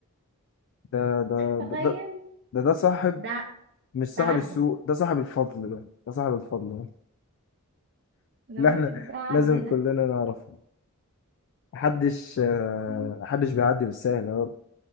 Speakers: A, on the left; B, on the right.
A: ده ده
B: تخيل
A: ده ده ده صاحب
B: ده
A: مش صاحب
B: ده عدى
A: السوق ده صاحب الفضل ده ده صاحب الفضل
B: انا
A: اللي
B: بقول
A: احنا
B: لك ده عدى
A: لازم كلنا
B: ده
A: نعرف محدش آه،
B: <laughs> مم.
A: محدش بيعدي بالسهل هو